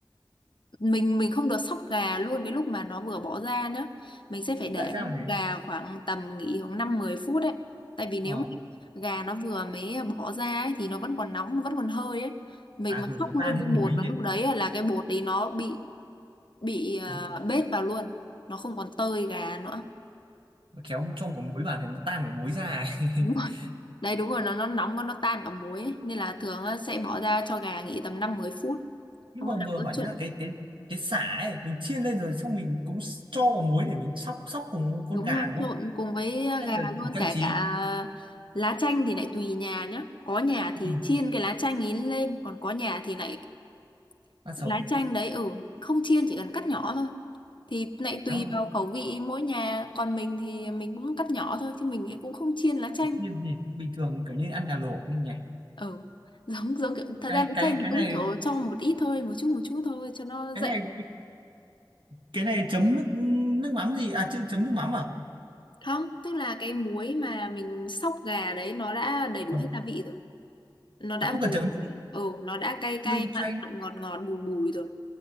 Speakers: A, on the left; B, on the right.
A: Mình mình không được sóc gà luôn Cái lúc mà nó vừa bỏ ra nữa Mình sẽ phải để
B: tại sao là thế
A: gà khoảng tầm nghỉ khoảng năm mười phút đấy Tại vì nếu
B: ờ.
A: mà gà nó vừa mới bỏ ra ấy, Thì nó vẫn còn nóng Nó vẫn còn hơi ấy Mình
B: à
A: mà
B: kiểu
A: sóc
B: nó
A: luôn
B: tan hết
A: cái
B: muối
A: bột
B: nhỉ
A: là lúc đấy ấy, Là cái bột đấy nó bị bị ờ,
B: Dụ-
A: bết vào luôn Nó không còn tơi gà nữa
B: ờ, khéo cho cả muối vào thì nó tan cả muối ra <laughs>
A: Đúng Đấy đúng rồi nó nó nóng quá, nó tan cả muối ấy. Nên là thường á, sẽ bỏ ra cho gà nghỉ tầm 5 10 phút.
B: nhưng
A: Xong
B: mà
A: bắt
B: vừa
A: đầu
B: hỏi
A: cứ trộn.
B: nhá cái cái cái sả ấy mình chiên lên rồi xong mình cũng s- cho vào muối để mình xóc xóc cùng con
A: Đúng
B: gà
A: rồi,
B: đúng
A: trộn
B: không
A: cùng với
B: hay
A: gà
B: là
A: luôn
B: chỉ trang
A: cả
B: trí
A: cả ờ, lá chanh thì lại tùy nhà nhá. Có nhà
B: ừ.
A: thì chiên cái lá chanh ấy lên, còn có nhà thì lại
B: ăn
A: lá
B: sống
A: chanh đấy ừ, không chiên chỉ cần cắt nhỏ thôi. Thì lại tùy
B: khéo
A: vào khẩu vị mỗi nhà, còn mình thì mình cũng cắt nhỏ thôi chứ mình cũng không chiên lá chanh.
B: chiên gì bình thường kiểu như ăn gà luộc nhỉ
A: Ừ. <laughs> Giống giống kiểu thật
B: cái
A: ra lá
B: cái
A: chanh thì
B: cái
A: cũng
B: này
A: kiểu cho một ít thôi, một chút một chút thôi cho nó
B: cái
A: dậy
B: này cái này chấm nước nước mắm gì à chứ chấm nước mắm à
A: Không, tức là cái muối mà mình xóc gà đấy nó đã đầy đủ
B: Ờ.
A: hết gia vị rồi. Nó đã
B: À, không cần
A: vừa
B: chấm
A: rồi. Ừ, nó đã cay cay,
B: như chanh
A: mặn mặn, ngọt ngọt, bùi bùi rồi.